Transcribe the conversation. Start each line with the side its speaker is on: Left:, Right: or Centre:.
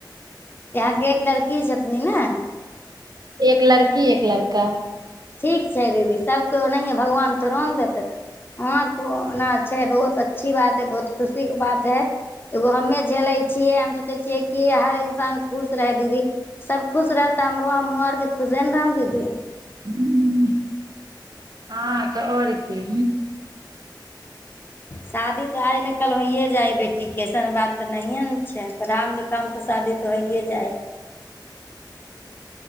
Left: यहाँके एक लड़की छथिन ने
Right: एक लड़की एक लड़का
Left: ठीक छै दीदी सभके ओनाहिए भगवान तोड़ो ने देतै हँ ना छै बहुत अच्छी बात बहुत खुशी के बात है एगो हमे झेलै छियै हम सोचै छियै कि हर इन्सान खुश रहै दीदी सब खुश रहता हमो आरके खुशे ने रहम दीदी ह
Right: ह हँ तऽ आओर की
Left: शादी तऽ आज न कल होइये जाय बेटीे अऐसन बात तऽ नहिे ने छै पढ़मे लिखामे तऽ शादी तऽ होइए जाइ हइ